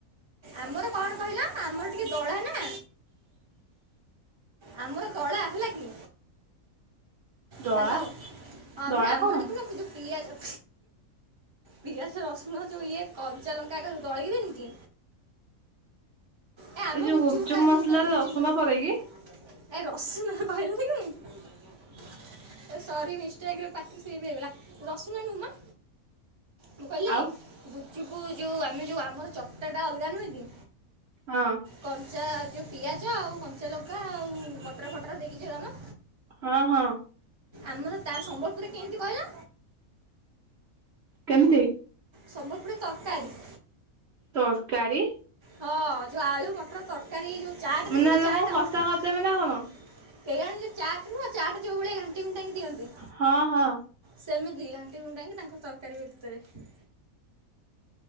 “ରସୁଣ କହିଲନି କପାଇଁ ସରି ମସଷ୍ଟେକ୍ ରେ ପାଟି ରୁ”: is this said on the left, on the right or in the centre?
Right